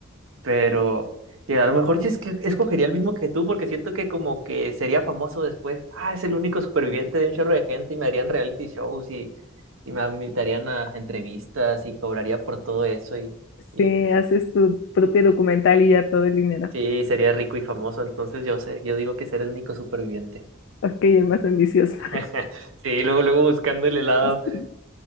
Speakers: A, on the right; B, on the left.
A: Pero, y a lo mejor sí es que escogería el mismo que tú, porque siento que como que sería famoso después. Ah, es el único superviviente de un chorro de gente y me harían reality shows y, y me invitarían a entrevistas y cobraría por todo eso y, y
B: Sí, haces tu propio documental y ya todo el dinero.
A: sí, sería rico y famoso. Entonces yo sé, yo digo que ser el único superviviente.
B: Ok, el más ambicioso.
A: <laughs> Sí, luego, luego buscando el helado.
B: <laughs> Sí,